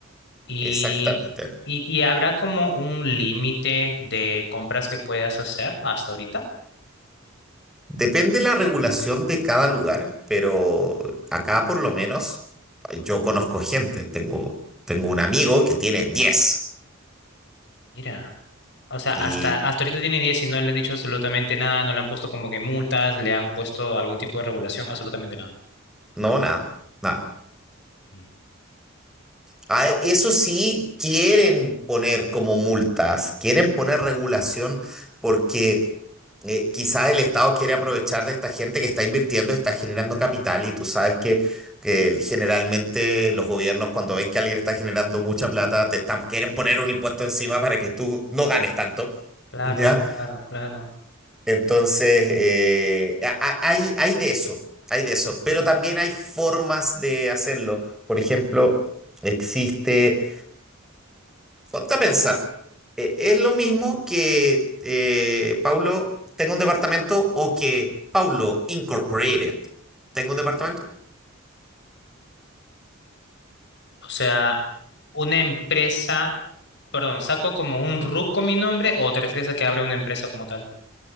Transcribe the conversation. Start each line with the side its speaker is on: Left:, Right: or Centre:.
Left: Y,
Centre: Exactamente.
Left: y, y habrá como un límite de compras que puedas hacer hasta ahorita.
Centre: Depende la regulación de cada lugar, pero acá por lo menos eh, yo conozco gente. Tengo, tengo un amigo que tiene 10
Left: Mira, o sea, hasta,
Centre: y
Left: hasta ahorita tiene diez y no le han dicho absolutamente nada, no le han puesto como que multas, le han puesto algún tipo de regulación, absolutamente nada.
Centre: no, nada, nada.
Left: Mm.
Centre: Ah, eso sí, quieren poner como multas, quieren poner regulación porque eh, quizás el Estado quiere aprovechar de esta gente que está invirtiendo, está generando capital y tú sabes que, que generalmente los gobiernos cuando ven que alguien está generando mucha plata, te están, quieren poner un impuesto encima para que tú no ganes tanto,
Left: Claro,
Centre: ¿ya?
Left: claro, claro.
Centre: Entonces, eh, a- a- hay, hay de eso, hay de eso, pero también hay formas de hacerlo. Por ejemplo, existe Ponte a pensar, eh, es lo mismo que eh, Paulo tenga un departamento o que Paulo Incorporated tenga un departamento.
Left: O sea, una empresa, perdón, ¿saco como un RUC con mi nombre o te refieres a que abra una empresa como tal?